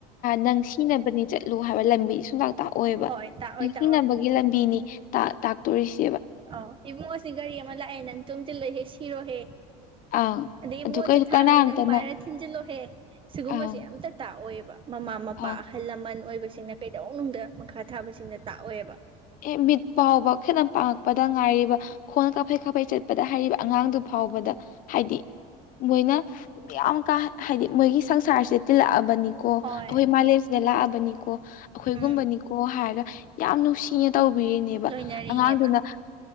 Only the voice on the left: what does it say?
ꯅꯪ ꯁꯤꯅꯕꯅꯤ ꯆꯠ ꯂꯨ ꯍꯥꯏꯕ ꯂꯝꯕꯤꯗꯤ ꯁꯨꯡꯇꯥꯛ ꯇꯥꯛꯑꯣꯏꯕ
ꯅꯤꯡꯁꯤꯅꯕꯒꯤ
ꯂꯝꯕꯤꯅꯤ ꯇꯥꯛꯇꯣꯔꯤꯁꯤ
ꯑꯪ
ꯑꯗꯨ
ꯀꯩ
ꯀꯅꯥꯝꯇꯅ
ꯑꯪ
ꯑ
ꯑꯦ ꯃꯤꯠ ꯐꯥꯎꯕ ꯈꯈꯤꯇ ꯄꯥꯡꯉꯛꯄꯗ ꯉꯥꯏꯔꯤꯕ ꯈꯣꯟ ꯀꯥꯐꯩ ꯀꯥꯐꯩ ꯆꯠꯄꯗ ꯍꯥꯏꯔꯤꯕ ꯑꯉꯥꯡꯗꯨ ꯐ ꯐꯥꯎꯕꯗ ꯍꯥꯏꯗꯤ ꯃꯣꯏꯅ ꯌꯥꯝ ꯀꯥ ꯍꯥꯏꯗꯤ ꯃꯣꯏꯒꯤ ꯁꯪꯁꯥꯔꯁꯦ ꯇꯤꯜꯂꯛꯑꯕꯅꯤꯀꯣ
ꯑꯈꯣꯏ ꯃꯥꯂꯦꯝꯁꯤꯗ ꯂꯥꯛꯑꯕꯅꯤꯀꯣ ꯑꯈꯣꯏꯒꯨꯝꯕꯅꯤꯀꯣ
ꯍꯥꯏꯔꯒ ꯌꯥꯝ ꯅꯨꯡꯁꯤꯅ ꯇꯧꯕꯤꯔꯤꯅꯦꯕ
ꯑꯉꯥꯡꯗꯨꯅ